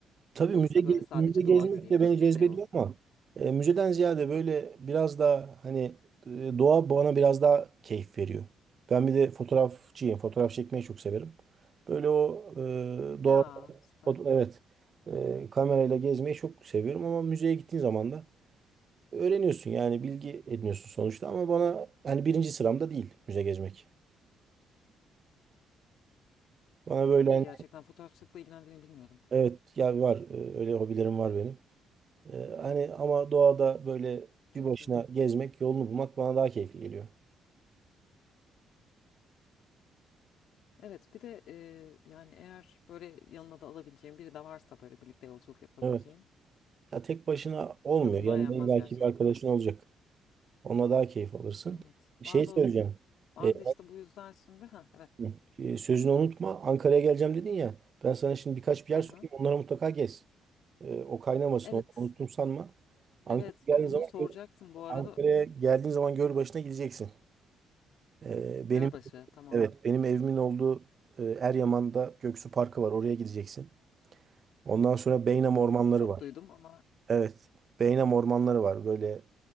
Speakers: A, on the right; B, on the left.
A: tabii
B: Yoksa
A: müze, ge-
B: böyle sadece
A: müze gezmek
B: doğa göreyim
A: de
B: işte
A: beni cezbediyor
B: şey olsun.
A: ama e, müzeden ziyade böyle biraz daha hani e, doğa bana biraz daha keyif veriyor. Ben bir de fotoğrafçıyım. Fotoğraf çekmeyi çok severim. Böyle o e, doğa
B: Ya süper.
A: foto- evet e, kamerayla gezmeyi çok seviyorum ama müzeye gittiğin zaman da öğreniyorsun yani bilgi ediniyorsun sonuçta ama bana hani birinci sıramda değil müze gezmek. Bana böyle
B: İyi
A: hani
B: gerçekten fotoğrafçılıkla ilgilendiğini bilmiyordum.
A: evet ya var e, öyle hobilerim var benim. Ee, hani ama doğada böyle
B: Çok
A: bir başına
B: iyi.
A: gezmek, yolunu bulmak bana daha keyifli geliyor.
B: Evet bir de e, yani eğer böyle yanına da alabileceğin biri de varsa böyle birlikte yolculuk yapabileceğin
A: Evet. Ya tek başına olmuyor.
B: tadından
A: Yanında
B: yenmez
A: illaki
B: gerçekten.
A: bir arkadaşın olacak. Onunla daha keyif alırsın.
B: Evet.
A: Şey
B: Ben de, o-
A: söyleyeceğim.
B: ben
A: Ee,
B: de işte bu yüzden şimdi ha evet.
A: yani, e, sözünü unutma. Ankara'ya geleceğim dedin ya. Ben sana şimdi birkaç bir
B: Hı
A: yer
B: hı.
A: söyleyeyim. Onlara mutlaka gez. Ee, o kaynamasın.
B: Evet.
A: Onu unuttum sanma. Ankara'ya
B: Evet
A: geldiğin
B: bunu
A: zaman
B: soracaktım
A: gör,
B: bu arada.
A: Ankara'ya geldiğin zaman göl başına gideceksin. Ee, benim
B: Gölbaşı tamam.
A: evet benim evimin olduğu e, Eryaman'da Göksu Parkı var. Oraya gideceksin. Ondan sonra Beynam ormanları
B: Çok
A: var.
B: duydum ama
A: Evet. Beynam ormanları var. Böyle